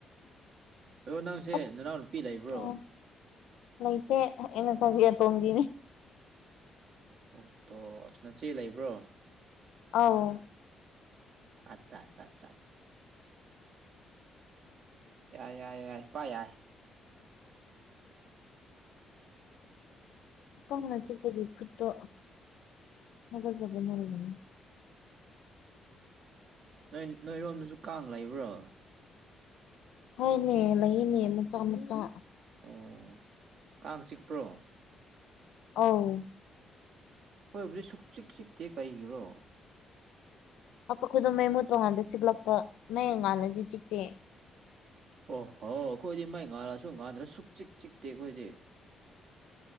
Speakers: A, on the right; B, on the left.
A: ꯑꯗꯣ ꯅꯪꯁꯦ
B: ꯑꯁ
A: ꯅꯅꯥꯎꯅꯨꯄꯤ ꯂꯩꯕ꯭ꯔꯣ
B: ꯎꯝ ꯂꯩꯇꯦ ꯑꯩꯅ ꯈꯋ꯭ꯥꯏ ꯑꯇꯣꯝꯕꯤꯅꯦ
A: ꯑꯣ ꯇꯣ ꯑꯁ ꯅꯆꯦ ꯂꯩꯕ꯭ꯔꯣ
B: ꯑꯧ
A: ꯑꯆꯥꯆꯥ ꯑꯆꯥ ꯌꯥꯏ ꯌꯥꯏ ꯌꯥꯏ ꯄꯥꯏ ꯌꯥꯏ
B: ꯀꯥꯡꯅ ꯆꯤꯛꯄꯒꯤ ꯈꯨꯠꯇꯣ ꯍꯥꯒꯠ ꯆꯕ ꯃꯥꯜꯂꯦꯅꯦ
A: ꯅꯣꯏ ꯅꯣꯏꯔꯣꯝꯗꯁꯨ ꯀꯥꯡ ꯂꯩꯕ꯭ꯔꯣ
B: ꯍꯣꯏꯅꯦ ꯂꯩꯌꯦꯅꯦ ꯃꯆꯥ ꯃꯆꯥ
A: ꯑꯣ ꯀꯥꯡ ꯆꯤꯛꯄ꯭ꯔꯣ
B: ꯑꯧ
A: ꯑꯩꯈꯣꯏꯕꯨꯗꯤ ꯁꯨꯛꯆꯤꯛ ꯆꯤꯛꯇꯦ ꯀꯩꯒꯤꯔꯣ
B: ꯑꯩꯈꯣꯏꯗꯨ ꯃꯩ ꯃꯨꯠꯄꯀꯥꯟꯗ ꯆꯤꯛꯂꯛꯄ ꯃꯩ ꯉꯥꯟꯂꯗꯤ ꯆꯤꯛꯇꯦ
A: ꯑꯣ ꯍꯣ ꯑꯩꯈꯣꯏꯗꯤ ꯃꯥꯏ ꯉꯥꯜꯂꯁꯨ ꯉꯥꯟꯗ꯭ꯔꯁꯨ ꯁꯨꯛ ꯆꯤꯛ ꯆꯤꯛꯇꯦ ꯑꯩꯈꯣꯏꯗꯤ